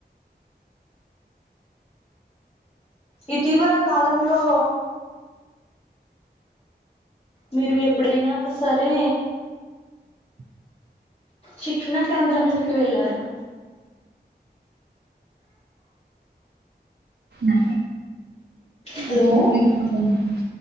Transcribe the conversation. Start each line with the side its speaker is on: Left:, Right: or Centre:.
Left: ఇటీవల కాలంలో మీరు ఎప్పుడైనా క సరే శిక్షణ కేంద్రాకి వెళ్ళారా
Right: అ
Left: హలో
Right: ఎప్పుడు వెలలేదండి